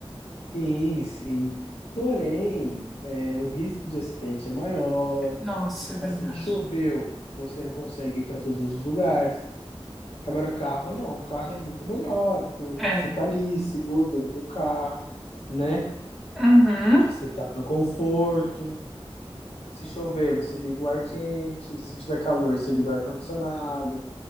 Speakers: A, on the left; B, in the centre.
A: Sim, sim. Porém, é, o risco de acidente é maior.
B: Nossa, é verdade.
A: Assim, choveu, você não consegue ir para todos os lugares. Agora, carro não, o carro é muito melhor, porque
B: É.
A: você tá ali, seguro dentro do carro, né?
B: Uhum.
A: Você tá no conforto. Se chover, você liga o ar quente. Se tiver calor, você liga o ar-condicionado.